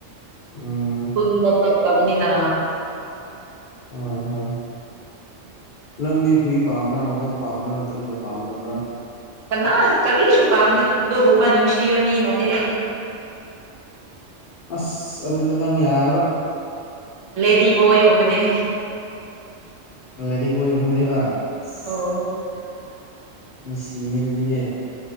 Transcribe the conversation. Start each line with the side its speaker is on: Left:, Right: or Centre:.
Left: ꯎꯝ
Right: ꯄꯨꯟꯗ ꯆꯠꯇꯕꯄꯅꯤꯅ
Left: ꯍꯣꯏ ꯍꯣꯏ ꯅꯪꯗꯤ ꯍꯨꯏ ꯄꯥꯝꯕ꯭ꯔꯥ ꯍꯧꯗꯣꯡ ꯄꯥꯝꯕ꯭ꯔꯥ ꯅꯠꯇ꯭ꯔꯒ ꯄꯥꯝꯗꯕ꯭ꯔꯥ
Right: ꯀꯅꯥ ꯀꯔꯤꯁꯨ ꯄꯥꯝꯗꯦ ꯑꯗꯨꯒꯨꯝꯕ ꯅꯨꯡꯁꯤꯕ ꯃꯤ ꯅꯠꯇꯦ ꯑꯩꯗꯤ
Left: ꯑꯁ ꯑꯗꯨꯗꯤ ꯅꯪ ꯌꯥꯔꯔꯣꯏ
Right: ꯂꯦꯗꯤ ꯕꯣꯏꯒꯨꯝꯕꯅꯦ
Left: ꯂꯦꯗꯤ ꯕꯣꯏꯒꯨꯝꯕꯅꯦꯕ <unintelligible>
Right: ꯑꯣ
Left: ꯅꯨꯡꯁꯤꯅꯦ ꯑꯗꯨꯗꯤ ꯍꯦ